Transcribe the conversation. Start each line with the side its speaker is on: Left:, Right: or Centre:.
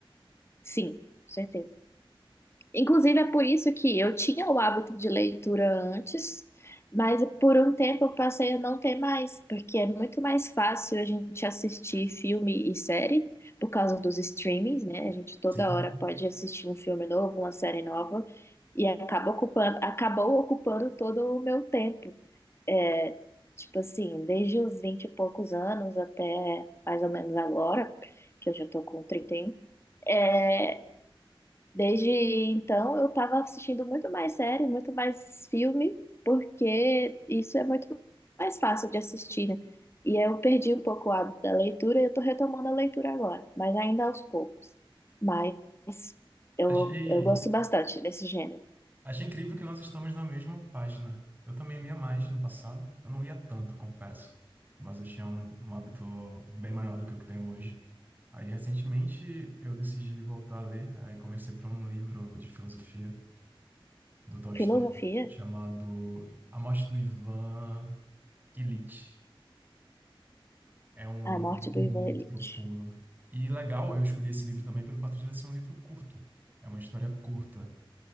Left: Sim, com certeza. Inclusive, é por isso que eu tinha o hábito de leitura antes, mas por um tempo eu passei a não ter mais, porque é muito mais fácil a gente assistir filme e série por causa dos streamings, né? A gente toda
Right: Sim.
Left: hora pode assistir um filme novo, uma série nova, e acaba ocupando, acabou ocupando todo o meu tempo. é, tipo assim, desde os 20 e poucos anos até mais ou menos agora, que eu já tô com 31, é, desde então eu tava assistindo muito mais série, muito mais filme, porque isso é muito mais fácil de assistir, né? E eu perdi um pouco o hábito da leitura e eu tô retomando a leitura agora, mas ainda aos poucos. Mas eu,
Right: Achei,
Left: eu gosto bastante desse gênero.
Right: Achei incrível que nós estamos na mesma página. Eu também lia mais no passado. Eu não lia tanto, confesso. Mas eu tinha um, um hábito bem maior do que o que tenho hoje. Aí, recentemente, eu decidi voltar a ler. Aí comecei por um livro de filosofia do Tolstói,
Left: Filosofia,
Right: chamado A Morte do Ivan Ilitch. É um livro
Left: A Morte
Right: muito
Left: do Ivan Ilitch
Right: profundo. E legal, eu escolhi esse livro também pelo fato de ele ser um livro curto. É uma história curta.